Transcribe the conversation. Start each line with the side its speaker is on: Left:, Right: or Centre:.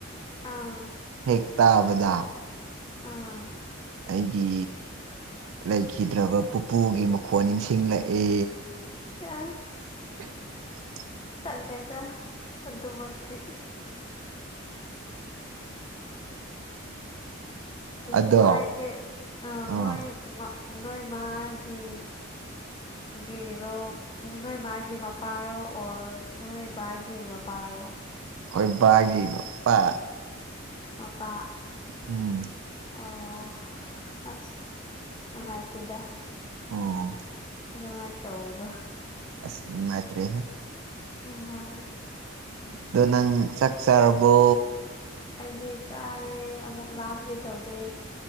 Left: ꯑꯥ
Right: ꯍꯦꯛ ꯇꯥꯕꯗ
Left: ꯑꯥ
Right: ꯑꯩꯒꯤ ꯂꯩꯈꯤꯗ꯭ꯔꯕ ꯄꯨꯄꯨꯒꯤ ꯃꯈꯣ ꯅꯤꯡꯁꯤꯡꯂꯛꯑꯦ
Left: ꯑꯁ
Right: <inaudible>
Left: ꯇꯜꯂꯦꯗ ꯑꯗꯨꯃꯛꯇꯤ ꯄꯨꯄꯨ
Right: ꯑꯗꯣ
Left: ꯍꯥꯏꯁꯦ ꯑ
Right: ꯑꯥ
Left: ꯅꯣꯏ ꯃ ꯅꯣꯏ ꯃꯥꯒꯤ ꯒꯤꯔꯣ ꯅꯣꯏ ꯃꯥꯒꯤ ꯃꯥ ꯄꯥꯥꯔꯣ ꯑꯣꯔ ꯅꯣꯏ ꯕꯥꯒꯤ ꯃꯄꯥꯔꯣ
Right: ꯑꯩꯈꯣꯏ ꯕꯥꯒꯤ ꯃꯄꯥ
Left: ꯃꯄꯥ
Right: ꯎꯝ
Left: ꯑꯣ ꯑꯁ ꯑꯥꯏꯇꯦꯗ
Right: ꯎꯝ
Left: ꯑꯗꯨꯃꯥꯏ ꯇꯥꯥꯎꯕꯗꯣ
Right: ꯑꯁ ꯅꯨꯡꯉꯏꯇ꯭ꯔꯦꯍꯦ
Left: ꯑ ꯍꯣꯏ ꯍꯣꯏ
Right: ꯑꯗꯨ ꯅꯪ ꯆꯠ ꯆꯔꯕꯣ
Left: ꯑꯩꯗꯤ ꯆꯥꯔꯦ ꯑꯃꯨꯛ ꯂꯥꯝꯒꯦ ꯇꯧꯔꯦ